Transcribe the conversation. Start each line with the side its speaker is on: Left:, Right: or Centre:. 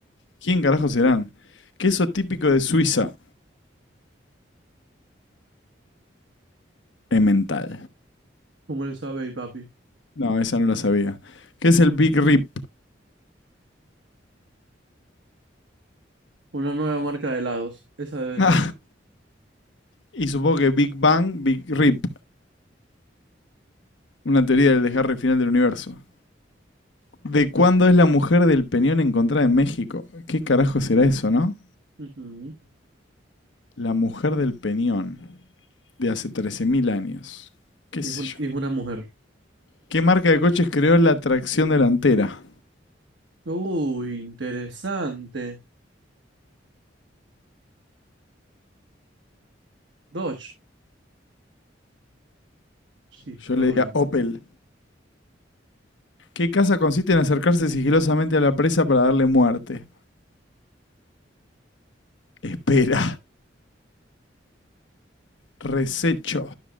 Left: ¿Quién carajo serán? Queso típico de Suiza. Emmental.
Right: ¿Cómo le sabe ahí, papi?
Left: No, esa no la sabía. ¿Qué es el Big Rip?
Right: Una nueva marca de helados. Esa debe
Left: Ah,
Right: ser.
Left: y supongo que Big Bang, Big Rip. Una teoría del desgarre final del universo. ¿De cuándo es la mujer del peñón encontrada en México? ¿Qué carajo será eso, no?
Right: Ujú.
Left: La mujer del Peñón, de hace 13.000 años. ¿Qué
Right: Y
Left: sé
Right: es un-
Left: yo?
Right: y es una mujer.
Left: ¿Qué marca de coches creó la tracción delantera?
Right: Uy, interesante. Dodge. Citroën.
Left: Yo le diría Opel. ¿Qué casa consiste en acercarse sigilosamente a la presa para darle muerte? Espera. Resecho.